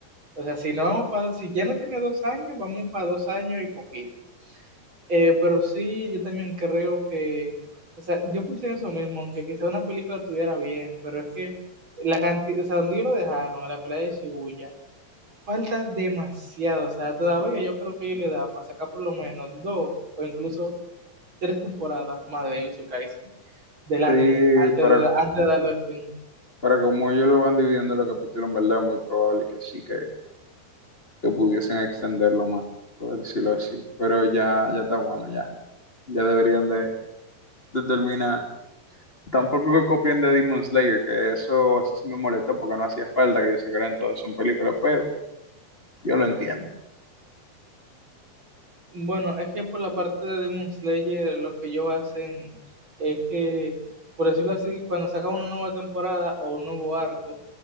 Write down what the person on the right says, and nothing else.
O sea, si, no vamos para si ya no tiene dos años, vamos para dos años y poquito. Eh, pero sí, yo también creo que, o sea, yo pensé en eso mismo, aunque quizá una película estuviera bien, pero es que la cantidad, o sea, donde ellos lo dejaron, a la pelea de Shibuya, falta demasiado, o sea, todavía yo creo que ellos le da para sacar por lo menos dos o incluso tres temporadas más de Yuzu Kaisen, del anime,
antes
de, antes de darle fin.
Bueno, es que por la parte de Demon Slayer, lo que ellos hacen es que, por decirlo así, cuando sacan una nueva temporada o un nuevo arco,